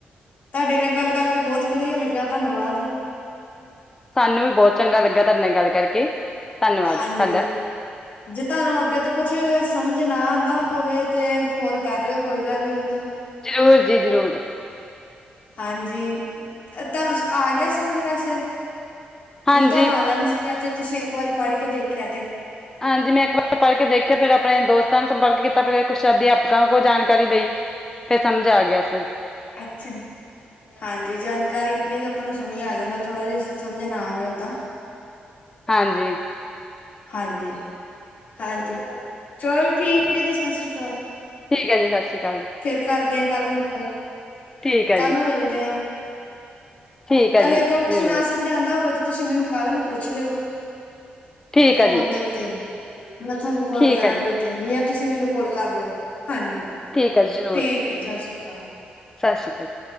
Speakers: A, on the left; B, on the left.
A: ਤੁਹਾਡੇ ਨਾਲ ਗੱਲ ਕਰਕੇ ਬਹੁਤ ਵਧੀਆ ਲੱਗਿਆ ਧੰਨਵਾਦ।
B: ਸਾਨੂੰ ਵੀ ਬਹੁਤ ਚੰਗਾ ਲੱਗਾ ਤੁਹਾਡੇ ਨਾਲ ਗੱਲ ਕਰਕੇ। ਧੰਨਵਾਦ
A: ਹਾਂਜੀ।
B: ਸਾਡਾ
A: ਜੇ ਤੁਹਾਨੂੰ ਅੱਗੇ ਤੋਂ ਕੁਛ ਸਮਝ ਨਾ ਆਉਂਦਾ ਹੋਵੇ ਤੇ ਫੋਨ ਕਰ ਲਿਓ ਕੋਈ ਗੱਲ ਨੀ ਮੈਨੂੰ।
B: ਜ਼ਰੂਰ ਜੀ ਜ਼ਰੂਰ।
A: ਹਾਂਜੀ ਤੁਹਾਨੂੰ ਆ ਗਿਆ ਸਮਝ ਵੈਸੇ,
B: ਹਾਂਜੀ
A: ਜਦੋਂ ਤੁਹਾਨੂੰ ਆਉਂਦਾ ਨੀ ਸੀ। ਜੇ ਤੁਸੀਂ ਇੱਕ ਵਾਰੀ ਪੜ੍ਹ ਕੇ ਦੇਖਿਆ ਤੇ।
B: ਹਾਂਜੀ, ਮੈਂ ਇੱਕ ਵਾਰ ਪੜ੍ਹ ਕੇ ਦੇਖਿਆ ਫਿਰ ਆਪਣੇ ਦੋਸਤਾਂ ਨੂੰ ਸੰਪਰਕ ਕੀਤਾ ਫਿਰ ਕੁੱਛ ਅਧਿਆਪ -'- ਕਾ ਕੋਲ ਜਾਣਕਾਰੀ ਲਈ, ਫਿਰ ਸਮਝ ਆ ਗਿਆ ਸੀ।
A: ਅੱਛਾ ਜੀ। ਹਾਂਜੀ, ਜਾਣਕਾਰੀਨੀ ਆਪਾਂ ਨੂੰ ਸਮਝ ਆ ਜਾਂਦਾ ਥੋੜ੍ਹਾ ਜਿਹਾ ਸਮਝ ਨਾ ਆਵੇ ਔਦਾ।
B: ਹਾਂਜੀ।
A: ਹਾਂਜੀ-ਹਾਂਜੀ, ਚਲ ਠੀਕ ਹੈ ਜੀ ਸਤਿ ਸ਼੍ਰੀ ਅਕਾਲ।
B: ਠੀਕ ਹੈ ਜੀ, ਸੱਤ ਸ਼੍ਰੀ ਆਕਾਲ।
A: ਫੇਰ ਕਰਦੇ ਆ, ਕੱਲ ਨੂੰ ਗੱਲ।
B: ਠੀਕ ਹੈ
A: ਕੱਲ
B: ਜੀ।
A: ਨੂੰ ਮਿਲਦੇ ਆ
B: ਠੀਕ ਹੈ ਜੀ
A: ਅਗਰ ਕੁੱਛ
B: ਜ਼ਰੂਰ
A: ਨਾ ਸਮਝ ਆਉਂਦਾ ਹੋਵੇ ਤਾਂ ਤੁਸੀਂ ਮੈਨੂੰ- ਕੱਲ ਨੂੰ ਪੁੱਛ ਲਿਓ,
B: ਠੀਕ
A: ਫੋਨ
B: ਹੈ ਜੀ
A: ਦੇ ਉੱਤੇ, ਮੈਂ ਤੁਹਾਨੂੰ ਕਾਲ
B: ਠੀਕ
A: ਕਰਾਂਗੀ।
B: ਹੈ ਜੀ
A: ਤੇ ਜਾਂ ਤੁਸੀਂ ਮੈਨੂੰ ਕੋਲ ਕਰ ਲਿਓ, ਹਾਂਜੀ।
B: ਠੀਕ ਹੈ ਜੀ ਜ਼ਰੂਰ
A: ਠੀਕ ਹੈ ਜੀ ਸਤਿ ਸ੍ਰੀ ਅਕਾਲ,
B: ਸਤਿ ਸ਼੍ਰੀ ਅਕਾਲ